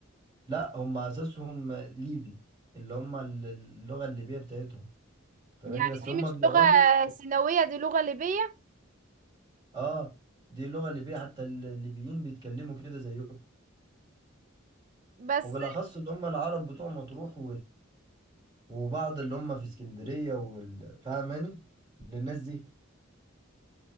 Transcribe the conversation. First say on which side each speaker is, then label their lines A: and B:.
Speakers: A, on the right; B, on the right.
A: لا هم اساسهم ليبي اللي هم ال- اللغة الليبية بتاعتهم فماني
B: يعني
A: بس هم
B: دي مش
A: بيقعدوا
B: لغة سيناوية دي لغة ليبية
A: اه دي اللغة الليبية حتى الليبيين بيتكلموا كده زيهم
B: بس
A: وبالاخص اللي هم العرب بتوع مطروح وبعض اللي هم في اسكندرية وال- فاهماني للناس دي